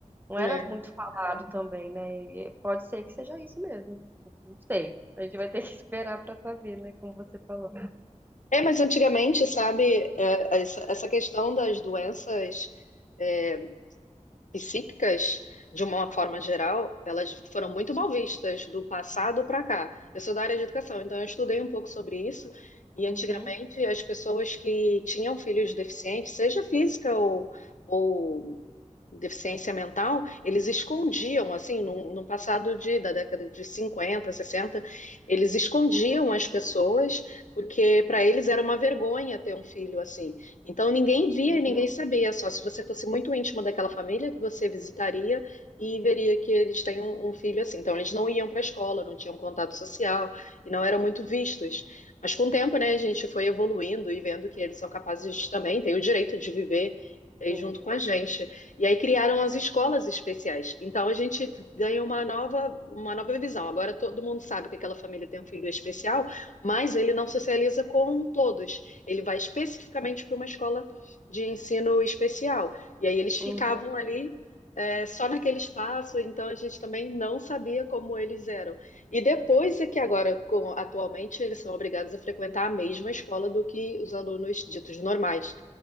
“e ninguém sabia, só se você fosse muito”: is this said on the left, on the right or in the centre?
Left